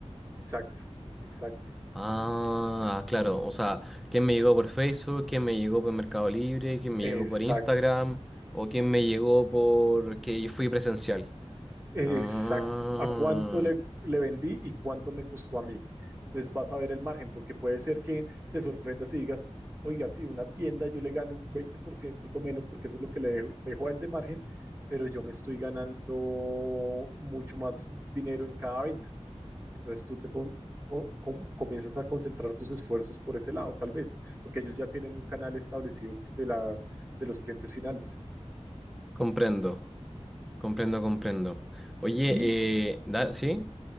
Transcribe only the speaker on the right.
Exacto, exacto,
exacto.
Exacto.
¿A cuánto le, le vendí y cuánto me costó a mí? Entonces vas a ver el margen, porque puede ser que te sorprendas y digas, oiga, sí, una tienda yo le gano un 20% menos porque eso es lo que le dejo, dejo a él de margen, pero yo me estoy ganando mucho más dinero en cada venta. Entonces tú te con- o- com- comienzas a concentrar tus esfuerzos por ese lado, tal vez, porque ellos ya tienen un canal establecido de la, de los clientes finales.
Y